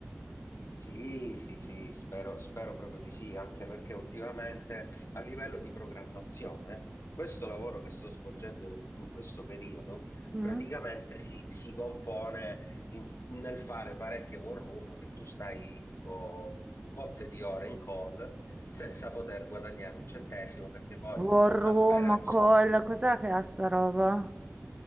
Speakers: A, on the left; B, on the right.
A: Sì, sì, sì, spero, spero proprio di sì, anche perché ultimamente a livello di programmazione, questo lavoro che sto svolgendo in, in questo periodo
B: Mm.
A: praticamente si, si compone in- nel fare parecchie war room che tu stai tipo botte di ore in call senza poter guadagnare un centesimo perché poi
B: War room,
A: appena...
B: call, cos'è che è sta roba? <laughs>